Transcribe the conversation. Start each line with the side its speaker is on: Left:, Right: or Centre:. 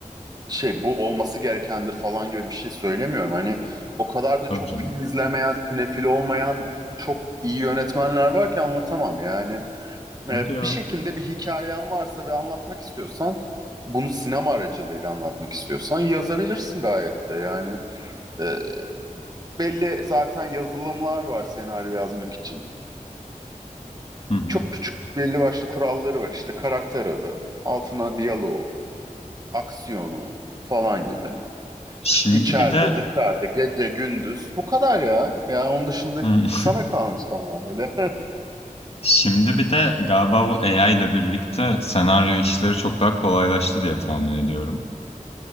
Right: şey bu olması gerekendir falan gibi bir şey söylemiyorum. Hani o kadar da
Left: Tabii
Right: çok
Left: canım.
Right: film izlemeyen, sinefil olmayan çok iyi yönetmenler var ki anlatamam yani. Ee,
Left: Hadi ya.
Right: bir şekilde bir hikayen varsa ve anlatmak istiyorsan bunu sinema aracılığıyla anlatmak istiyorsan yazabilirsin gayet de yani. Ee, belli zaten yazılımlar var senaryo yazmak için.
Left: Hı hı.
Right: Çok küçük belli başlı kuralları var işte karakter adı, altına diyaloğu, aksiyonu falan gibi.
Left: Şimdi
Right: İşte içeride,
Left: bir de
Right: dışarıda, gece, gündüz bu kadar ya. Ya onun dışında
Left: Hı.
Right: sana kalmış tamamıyla. <laughs>
Left: <laughs> Şimdi bir de galiba bu AI ile birlikte senaryo işleri çok daha kolaylaştı diye tahmin ediyorum.